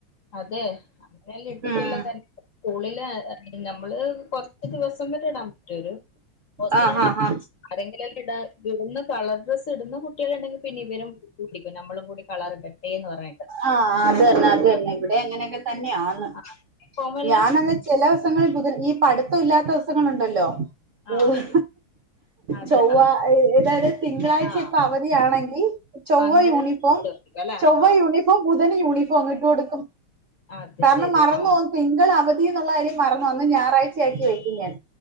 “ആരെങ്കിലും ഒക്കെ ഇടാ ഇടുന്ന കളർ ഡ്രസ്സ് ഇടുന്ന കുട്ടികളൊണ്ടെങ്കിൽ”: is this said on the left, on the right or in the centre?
Left